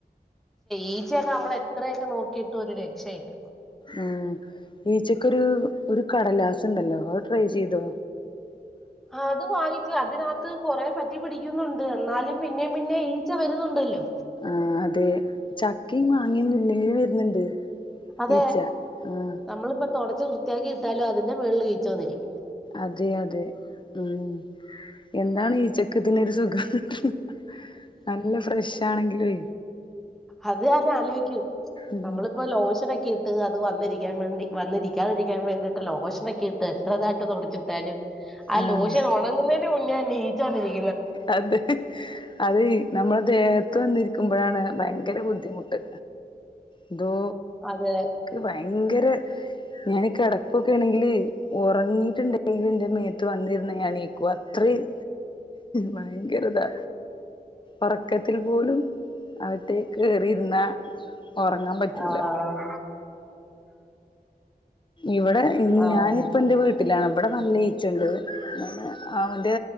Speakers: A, in the centre; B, on the left.
A: ഈച്ചയൊക്കെ നമ്മളെ - ഇത്രയൊക്കെ നോക്കിയിട്ട് ഒരു രക്ഷയില്ല
B: ഉം ഈച്ചക്കൊരു ഒരു രു കടലാസുണ്ടല്ലോ അത് ട്രൈ ചെയ്തോ
A: അത് വാങ്ങിച്ചു അതിനകത്ത് കൊറേ പറ്റി പിടിക്കുന്നുണ്ട് എന്നാലും പിന്നേ പിന്നെ ഈച്ച വരുന്നുണ്ടല്ലോ
B: ആഹ് അതെ ചക്കയും മാങ്ങയൊന്നും ഇല്ലെങ്കിലും വരുന്നുണ്ട്
A: അതെ
B: ഈച്ച ആഹ്
A: നമ്മളിപ്പ തൊടച്ച് വൃത്തിയാക്കി ഇട്ടാലും അതിന്റെ മേളില് ഈച്ച വന്നിരിക്കും
B: അതെ അതെ ഉം എന്താണ് ഈച്ചക്ക്‌യിതിനൊരു സുഖം നല്ല ഫ്രഷ ആണെങ്കിലുംലേ
A: അത് ഞാൻ ആലോചിക്കും
B: ഉം
A: നമ്മളിപ്പോൊ ലോഷനോക്കെ ഇട്ട് അത് വന്നിരിക്കാൻ വേണ്ടി വന്നിരിക്കാതിരിക്കാൻ വേണ്ടിയിട്ട് ലോഷനൊക്കെ ഇട്ട് എത്രതായിട്ട് തുടിച്ചിട്ടാലും ആ
B: ആഹ്
A: ലോഷൻ ഉണങ്ങുന്നതിന് മുന്നേ ഈച്ച വന്നിരിക്കും
B: അതെ അതെ നമ്മുടെ ദേഹത്ത് വന്നിരിക്കുമ്പോഴാണ് ഭയങ്കര ബുദ്ധിമുട്ട് എന്തോ
A: അതെ
B: ഭയങ്കര ഞാൻ കിടക്കുയൊക്കെആണെങ്കില് ഉറങ്ങിയിട്ടുണ്ടെങ്കിൽ എന്റെ മേ എര്ത്ത് വന്നിരുന്ന് ഞണീക്കും അത്രയും ഭയങ്കരതാ ഉറക്കത്തിൽ പോലും അകത്തേക്ക് കേറി ന്നാ ഉറങ്ങാൻ പറ്റില്ല
A: ആഹ്
B: ഇവിടെ
A: ആഹ്
B: ഞാനിപ്പ എന്റെ വീട്ടിലാണ് ഇവിടെ നല്ല ഈച്ചണ്ട് ഞാൻ അവടെ